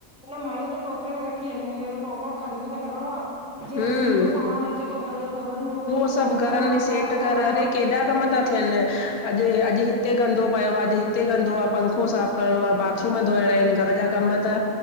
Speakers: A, in the centre; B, on the left.
A: उहो मायूं त टोकरे में रखी हली विदींयू अन टोकरो ख़ाली बि त करिणो आ। जीअं
B: हम्म
A: सीधो सामान अचे थो घर जो दॿनि में उहो बि त
B: सभु
A: ख़ाली
B: घरनि
A: करिणो
B: में
A: आ
B: सेट
A: साफ़ करिणो
B: कर अड़े
A: आ।
B: केॾा कम ता थियनि अॼ-अॼु हिते गंदो पियो आ अॼु हिते गंदो आ पंखो साफ़ु करिणो आहे बाथरूम धोइणा आहिन घर जा कम त